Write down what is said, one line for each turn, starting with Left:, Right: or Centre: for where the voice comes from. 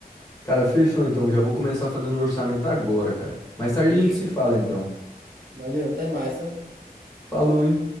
Left: Cara, fechou então. Já vou começar fazendo o orçamento agora, cara. Mais tarde
Right: Fechou.
Left: a gente se fala então.
Right: Valeu, até mais, tá?
Left: Falou, hein?